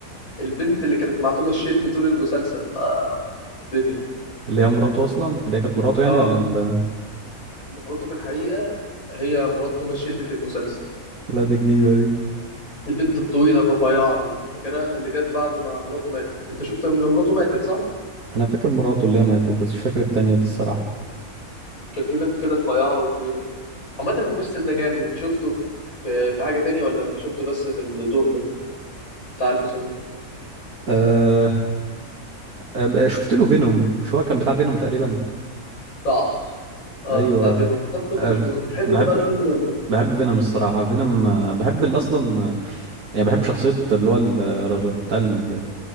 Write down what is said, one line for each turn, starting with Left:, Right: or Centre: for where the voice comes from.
Left: البنت اللي كانت مع توماس شيلبي طول المسلسل بقى الدنيا
Right: اللي هي مراته اصلا اللي هي كانت مراته
Left: اه
Right: يعني ولا ال...
Left: مراته في الحقيقة هي مرات توماس شيلبي في المسلسل
Right: لا دي جديدة دي
Left: البنت الطويلة الرفيعة دي فاكرها اللي جت بعد ما مراته ماتت انت شفت ان مراته ماتت صح
Right: انا فاكر مراته اللي هي ماتت بس مش فاكر التانية دي الصراحة
Left: كان في بنت كده رفيعة وطويلة عامة الممثل ده جامد انت شفته في في حاجة تانية ولا انت شفته بس في الدور ده بتاع الف سلمى
Right: أه... أه... شفت له فينوم مش هو كان بتاع فينوم تقريبا
Left: صح اه
Right: ايوه
Left: بتاع فينوم انا ما
Right: أه...
Left: شفتش فينوم حلو
Right: بحب
Left: بقى الفيلم ده ولا ايه
Right: بحب فينوم الصراحة فينوم آه، بحب ال- اصلا يعني بحب شخصية اللي هو ال- ال- بتاع ال-